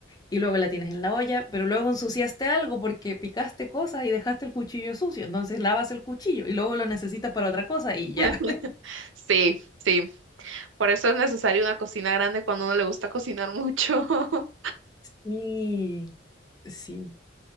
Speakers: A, on the left; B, on the right.
A: y luego la tienes en la olla, pero luego ensuciaste algo porque picaste cosas y dejaste el cuchillo sucio, entonces lavas el cuchillo y luego lo necesitas para otra cosa y
B: <laughs>
A: ya. <laughs>
B: Sí, sí. Por eso es necesario una cocina grande cuando a uno le gusta cocinar mucho. <laughs>
A: Y sí.